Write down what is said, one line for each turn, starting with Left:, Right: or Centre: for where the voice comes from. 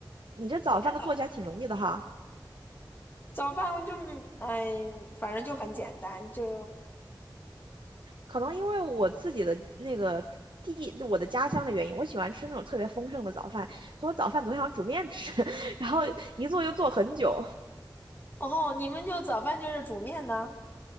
Right: 你这早饭都做起来挺容易的哈。
Left: 早。早饭就哎，反正就很简单，就
Right: 可能因为我自己的那个地，我的家乡的原因，我喜欢吃那种特别丰盛的早饭，所以我早饭总想煮面吃，<laughs> 然后一做就做很久。
Left: 哦，你们就早饭就是煮面呢？